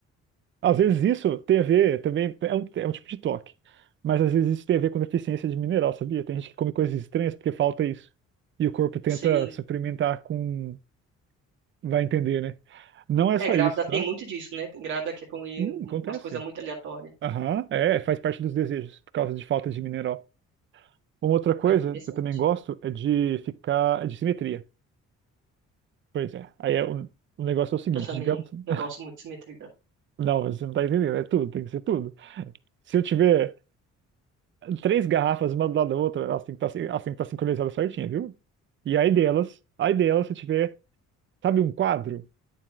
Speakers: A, on the right; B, on the right.
A: Às vezes isso tem a ver também, é um, é um tipo de toque, mas às vezes isso tem a ver com deficiência de mineral, sabia? Tem gente que come coisas estranhas porque falta isso. E o corpo tenta
B: Sim.
A: suplementar com. Vai entender, né? Não é
B: É,
A: só
B: grávida
A: isso, tá?
B: tem muito disso, né? Tem grávida que é comer
A: Sim, acontece.
B: umas coisas muito aleatórias.
A: Aham, é, faz parte dos desejos, por causa de falta de mineral. Uma outra coisa
B: Ah, interessante.
A: que eu também gosto é de ficar. é de simetria. Pois é. Aí é, o, o negócio é o seguinte,
B: Eu também,
A: digamos. <laughs>
B: eu gosto muito de simetria.
A: Não, mas você não tá entendendo, é tudo, tem que ser tudo. Se eu tiver Três garrafas, uma do lado da outra, elas têm que estar, elas têm que estar sincronizadas certinho, viu? E aí delas, aí delas, se tiver, sabe, um quadro,